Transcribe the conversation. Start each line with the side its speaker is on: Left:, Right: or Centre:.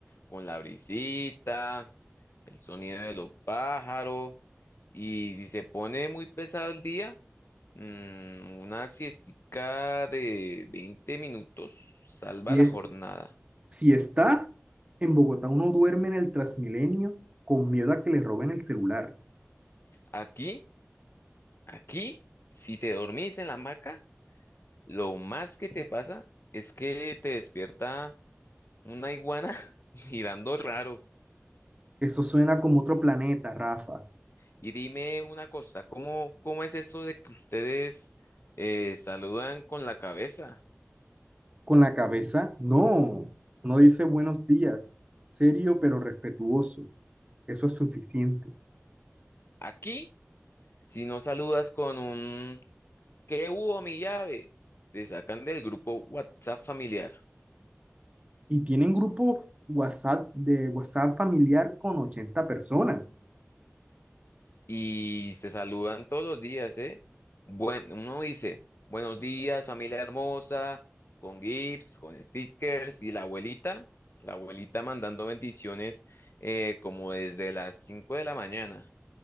Left: con la brisita, el sonido de los pájaros. Y si se pone muy pesado el día, mm, una siestica de 20 minutos salva
Right: Y
Left: la
Right: es,
Left: jornada.
Right: si está en Bogotá, uno duerme en el Transmilenio con miedo a que le roben el celular.
Left: Aquí. Aquí, si te dormís en la hamaca, lo más que te pasa es que te despierta una iguana <laughs> girando raro.
Right: Eso suena como otro planeta, Rafa.
Left: Y dime una cosa, ¿cómo, cómo es eso de que ustedes eh, saludan con la cabeza?
Right: Con la cabeza, no, no dice buenos días, serio pero respetuoso, eso es suficiente.
Left: Aquí, si no saludas con un ¿qué hubo, mi llave? Te sacan del grupo WhatsApp familiar.
Right: Y tienen grupo WhatsApp de WhatsApp familiar con 80 personas.
Left: y se saludan todos los días, ¿eh? Bueno, uno dice, buenos días, familia hermosa, con gifs, con stickers, y la abuelita, la abuelita mandando bendiciones eh, como desde las 5 de la mañana.